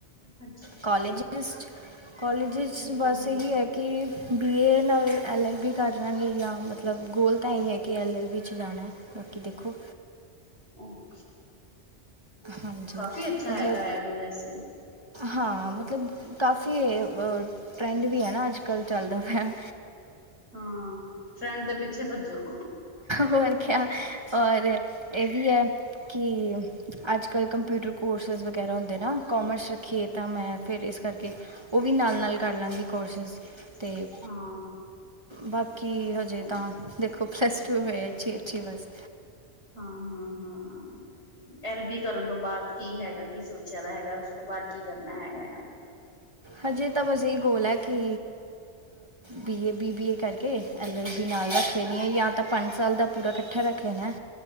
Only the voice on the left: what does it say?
ਹਾਂਜੀ।
ਹਮ
<unintelligible> ਹੂੰ
ਕਾਫ਼ੀ ਅੱਛਾ
ਹੈਗਾ ਹੈ ਅ ਵੀ ਵੈਸੇ।
ਹਾਂ ਟਰੈਂਡ ਦੇ ਪਿੱਛੇ ਭੱਜੋ।
ਹਾਂ
ਹਾਂ
ਹਾਂ-ਹਾਂ- ਹਾਂ ਐਲ ਬੀ ਕਰਨ ਤੋਂ ਬਾਅਦ ਕੀ ਹੈਗਾ ਕੀ ਸੋਚਿਆ ਦਾ ਹੈਗਾ ਉਸ ਤੋਂ ਬਾਅਦ ਕੀ ਕਰਨਾ ਹੈਗਾ ਆ?